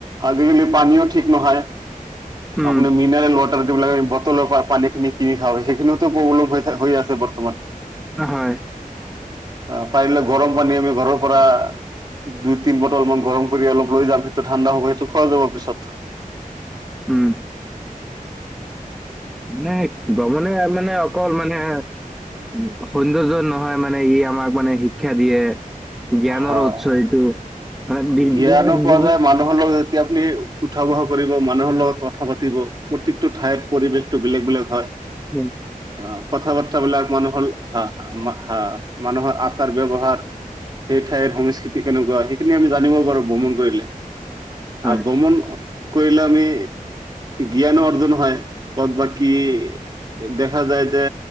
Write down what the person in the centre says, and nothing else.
উম,
হয়।
উম, ম, গমনে মানে অকল মানে উ, সৌন্দৰ্য নহয় মানে ই আমাক মানে শিক্ষা দিয়ে। জ্ঞানৰ
উৎস এইটো মানে বিজ্ঞান
য
উম।
হয়,